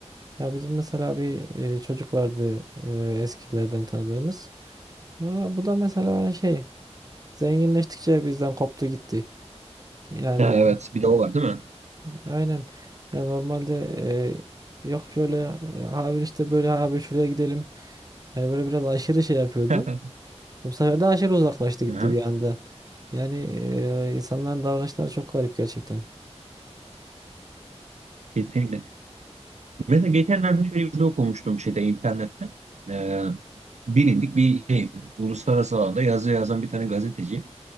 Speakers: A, on the right; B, on the right.
A: Ya bizim mesela bir e, çocuk vardı e, eskilerden tanıdığımız. E, bu da mesela şey zenginleştikçe bizden koptu gitti. Yani
B: Ha, evet bir de o var değil mi?
A: Aynen. Ya normalde e, yok şöyle e, abi işte böyle abi şuraya gidelim. Yani böyle biraz aşırı şey yapıyordu.
B: <laughs>
A: Bu sefer de aşırı uzaklaştı gitti
B: Hı
A: bir anda. Yani e, insanların davranışları çok garip gerçekten.
B: Kesinlikle. Mesela geçenlerde şöyle bir şey okumuştum şeyde internette. Ee, bilindik bir şey, uluslararası alanda yazı yazan bir tane gazeteci.